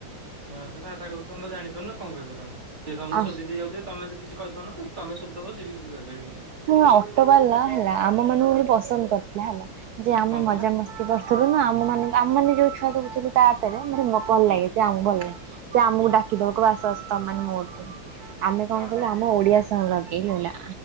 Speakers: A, on the right (about 25°); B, on the right (about 75°).
A: ହଁ ସେ ଭାଷା କ ତମେ ଜାଣିପାରୁନ କଣ କହିବ ତାଙ୍କୁ ସିଏ ତମକୁ
B: ଆଃ
A: ସୋଧି ଦେଇ ଯାଉଥିବ ତମେ ଯ କିଛି କହିପରୁନ ତମେ ସୋଧିଦବ ସି ବି କିଛି କହିପାରିବିନି।
B: ହ ଅଟୋ ବାଲା ହେଲା ଆମ ମାନଙ୍କୁ ଭାରି ପସନ୍ଦ କରିଥିଲା ହେଲା ଯେ ଆମେ
A: କଣ କହିଲା
B: ମଜାମସ୍ତି କର ଥିଲୁ ନା ଆମ ମାନଙ୍କୁ ଆମ ମେ ଯୋଉ ଛୁଆ ଦେଉଥିଲୁ ତା ଅଟୋରେ ମାନେ ଭଲ
A: ହୁଁ
B: ଲାଗେ ସେ ଆମକୁ ଭଲ ଲାଗେ ସେ ଆମକୁ
A: ହୁଁ
B: ଡାକିଦବ କହିବ ଆସ ଆସ ତ ମାନେ ମୋଠୁ ଆମେ କଣ
A: ହଁ
B: କଲୁ ଆମ ଓଡିଆ ସିଙ୍ଗ ଲଗେଇଲୁ ହେଲା